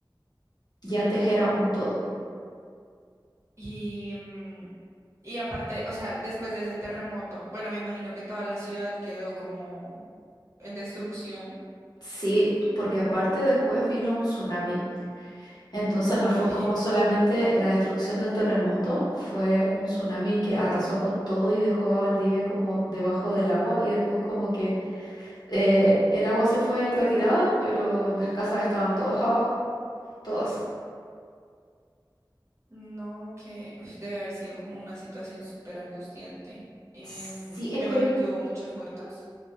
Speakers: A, on the left; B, on the right.
A: y antes era un todo.
B: Y, mm, y aparte, o sea, después de ese terremoto, bueno, me imagino que toda la ciudad quedó como en destrucción.
A: Sí, porque aparte después vino un tsunami Entonces no
B: Ay,
A: fue como
B: no,
A: solamente la destrucción del terremoto, fue un tsunami que arrasó con todo y dejó a Valdivia como debajo del agua y después como que eh, el agua se fue en retirada, pero las casas estaban todas abajo, todas.
B: no, que uf, debe haber sido como una situación súper angustiante. Em,
A: Sí,
B: me
A: en Colombia,
B: imagino que hubo muchos muertos.